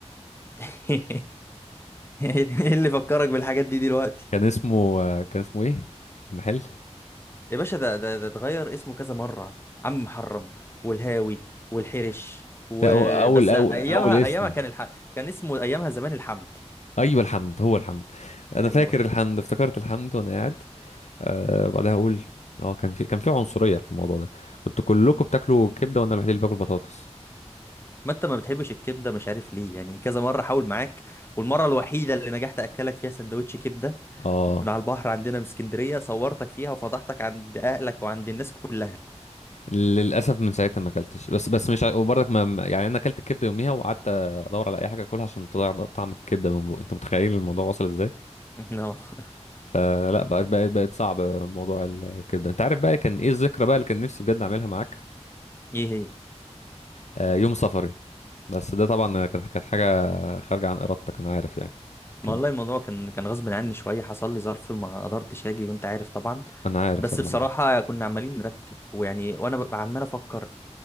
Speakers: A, on the left (about 20°); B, on the left (about 80°).
A: <laughs> ايه اللي فكرك بالحاجات دي دلوقتي
B: كان اسمه آه، كان اسمه ايه المحل
A: يا باشا ده ده ده اتغير اسمه كذا مرة عم محرم والهاوي والحرش وبس
B: لا هو اول اول
A: ايامها
B: اول اسم
A: ايامها كان الح... كان اسمه ايامها زمان الحمد
B: ايوه الحمد هو الحمد انا
A: ايوه
B: فاكر الحمد افتكرت الحمد وانا قاعد أه بعدها اقول اه كان في كان في عنصريه في الموضوع ده كنتوا كلكم بتاكلوا كبده وانا الوحيد اللي باكل بطاطس
A: ما انت ما بتحبش الكبده مش عارف ليه يعني كذا مره حاول معاك والمره الوحيده اللي نجحت اكلك فيها سندوتش كبده
B: اه
A: من على البحر عندنا في اسكندريه صورتك فيها وفضحتك عند اهلك وعند الناس كلها
B: للاسف من ساعتها ما اكلتش بس بس مش ع- وبرضك ما ما- يعني انا اكلت الكبده يوميها وقعدت ادور على اي حاجه اكلها عشان تضيع طعم الكبده من بوق انت متخيل الموضوع وصل ازاي
A: اه <laughs>
B: فلا بقت بقت بقت صعب موضوع ال- الكبده انت عارف بقى كان ايه الذكرى بقى اللي كان نفسي بجد اعملها معاك
A: ايه هي
B: آه يوم سفري بس ده طبعا كانت كانت حاجه خارجه عن ارادتك انا عارف يعني كان
A: ما والله الموضوع كان كان غصب عني شويه حصل لي ظرف ما قدرتش اجي وانت عارف طبعا
B: انا عارف
A: بس
B: طبعا
A: بصراحه كنا عمالين نرتب ويعني وانا ببقى عمال افكر